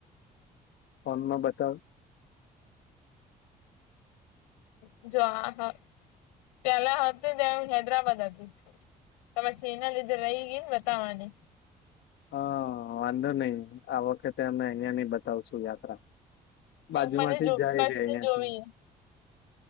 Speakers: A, on the left (about 60°); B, on the left (about 80°).
A: ફોન માં બતાય.
B: હ જો આ <unintelligible> તેના <unintelligible> હૈદરાબાદ હતી. તો પછી એના લીધે રહી ગઈ ને બતાવાની.
A: હા વાંધો નહી આ વખતે અમે અહિયાયા ની બતાવશું યાત્રા. બાજુમાંથી
B: મને જો
A: જાય
B: કચ્છની
A: રહ્યા યાંથી.
B: જોવી